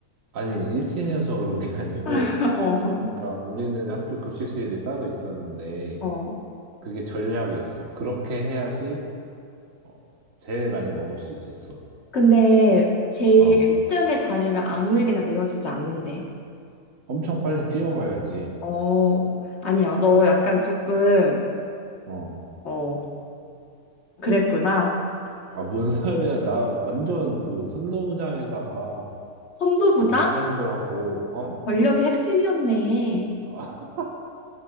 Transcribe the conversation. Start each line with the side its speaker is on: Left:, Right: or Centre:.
Right: 아니, 일진이어서 그런 게 아니고,
Left: <laughs>
Right: 그러니까 우리는 학교 급식실이 따로 있었는데,
Left: 어. 어.
Right: 그게 전략이었어. 그렇게 해야지 어, 제일 많이 먹을 수 있었어.
Left: 근데 제일
Right: 어,
Left: 1등의 자리를 아무에게나 내어주지 않는데.
Right: 엄청 빨리 뛰어가야지.
Left: 어, 아니야. 너 약간 조금,
Right: 어,
Left: 어, 그랬구나.
Right: 아, 뭔 <laughs> 소리야. 나 완전 그 선도부장에다가
Left: 선도부장?
Right: 반장도 하고, 어,
Left: 권력의 핵심이었네.
Right: 아, <laughs>